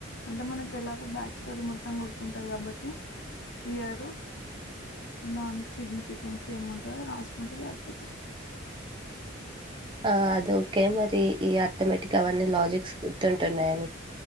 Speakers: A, on the left (about 60°); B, on the right (about 25°).
A: అంటే మనకు ఎలాగు బ్యాక్ స్టోరీ మొత్తం గుర్తుంటంది కాబట్టి ఇయరు దానికి సిగ్నిఫికెన్స్ ఏముంటుందో రాసుకుంటే సరిపోతుంది
B: ఆ అద ఓకే మరి ఈ ఆర్థమేటిక్ అవన్నీ లాజిక్స్ గుర్తుంటున్నాయడి ని